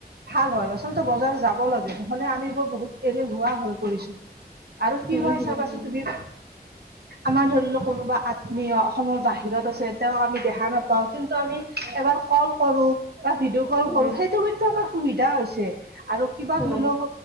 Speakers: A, on the right; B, in the centre.
A: ভাল হয় আচলতে বজাৰ যাব লাগে নহলে আমি বোৰ বহুত এনেহুৱা হৈ পৰিছো আৰু কি
B: উম
A: হয়
B: হুম
A: চাবাচোন
B: হুম
A: তুমি আমাৰ ধৰি লক কোনোবা আত্মীয় অসমৰ বাহিৰত আছে তেওঁক আমি দেখা নাপাওঁ কিন্তু আমি এবাৰ কল কৰো বা ভিডিঅ' কল
B: উম
A: কৰো সেইটো কিন্তু আমাৰ সুবিধা হৈছে আৰু কিবা
B: হুম
A: ধৰি লওক